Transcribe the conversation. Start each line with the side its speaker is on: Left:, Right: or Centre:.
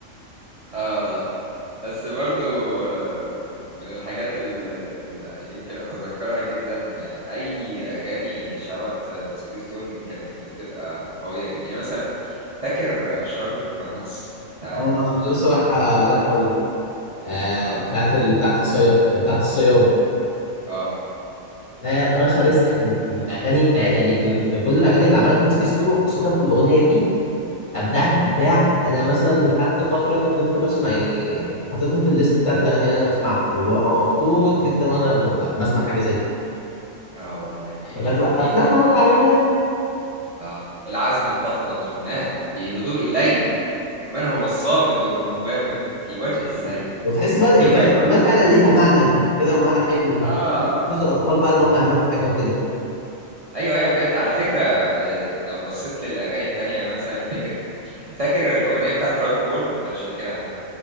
Right: اه والله بس برضو آه، من الحاجات اللي يمكن اتذكرها جدا آه، اي اغاني شارات آه، لسبيستون كانت بتبقى قوية جدا يعني مثلا فاكر شارة القناص بتاعت
Left: اه انا كنت لسه رايح رايح اقول لك آه
Right: اه
Left: بتاعت ال... بتاعت الصياد بتاعت الصياد
Right: اه
Left: لا رشا رزق في ال... في الاغاني بتاع يعني في ال... في كل الاغاني اللي عملتها سبيس تون وخاصه في الاغنيه دي ابدعت ابداع انا مثلا لحد فتره انا كنت بسمع يعني يعني حاططها في الليست بتاعت الاغاني اللي انا بسمعها وببقى مبسوط جدا وانا ب- ب- بسمع حاجه زي كده
Right: اه والله يعني
Left: اقول لك
Right: في,
Left: بقى
Right: في
Left: بتاعت لما تعينا
Right: كده آه العزم انتفضت يمناه في هدوء الليل من هو الصامد المغامر في وجه السيل
Left: وتحس بقى
Right: يبعد
Left: الك- الكلمات
Right: عن عمان
Left: فعلا ليها معنى وكده ومعنى حلو
Right: اه
Left: وانت فاهم جزء الاطفال بقى ان هم يعملوا حاجه وكده
Right: ايوه ايوه بجد على فكرة آه لو بصيت للاغاني التانية مثلا افتكر فاكر الاغنية بتاعت دراجون بول ولا مش فاكرها